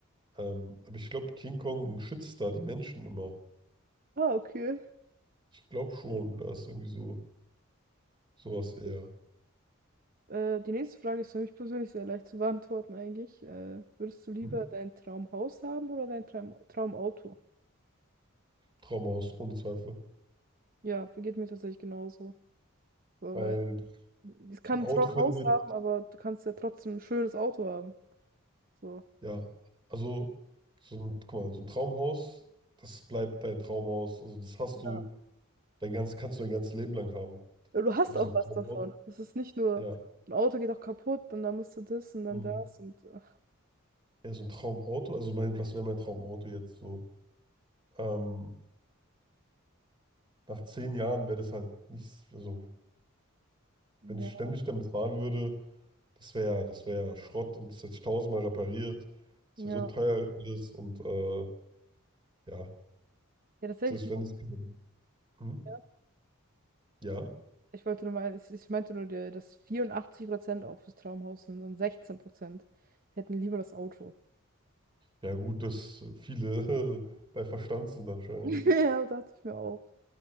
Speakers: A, on the right (about 20°); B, on the right (about 40°).
A: Ähm, aber ich glaube, King Kong schützt da die Menschen immer.
B: Ah, okay.
A: Ich glaube schon,
B: Cool,
A: da ist irgendwie so sowas eher.
B: cool. Äh, die nächste Frage ist für mich persönlich sehr leicht zu beantworten eigentlich. Äh, würdest du lieber
A: Hm?
B: dein Traumhaus haben oder dein Traum Traumauto?
A: Trauma aus, ohne Zweifel.
B: Ja, vergeht mir tatsächlich genauso. So,
A: Weil
B: Ich kann
A: So ein Auto
B: zwar
A: verliert,
B: ein Haus haben, aber du kannst ja trotzdem ein schönes Auto haben. So.
A: ja. Also, so ein, guck mal, so ein Traumhaus, das bleibt dein Traumhaus. Also, das hast
B: Ja.
A: du, dein ganz, kannst du dein ganzes Leben lang haben.
B: Du hast
A: Aber
B: auch
A: so ein
B: was
A: Traumauto,
B: davon. Es ist nicht nur,
A: ja.
B: ein Auto geht auch kaputt und dann musst du das und dann
A: mhm.
B: das und ach,
A: Ja, so ein Traumauto, also mein, was wäre mein Traumauto jetzt so? Ähm, nach zehn Jahren wäre das halt nichts, also, wenn
B: ja.
A: ich ständig damit fahren würde, das wäre, ja, das wäre ja Schrott und das hätte ich tausendmal repariert. Das
B: Ja.
A: wäre so teuer alles und äh, ja,
B: Ja, tatsächlich
A: das ist,
B: sind
A: wenn
B: auch,
A: es. Mhm.
B: ja.
A: Ja.
B: Ich wollte nur mal, ich, ich meinte nur, der- dass 84% auch fürs Traumhaus sind und 16% hätten lieber das Auto.
A: Ja, gut, dass viele <laughs> bei Verstand sind anscheinend.
B: <laughs> Ja, dachte ich mir auch.